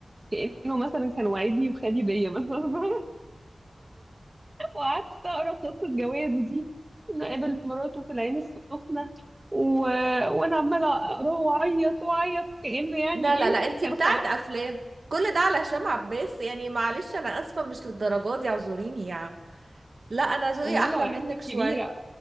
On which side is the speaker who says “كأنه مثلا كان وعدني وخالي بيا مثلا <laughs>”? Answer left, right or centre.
Right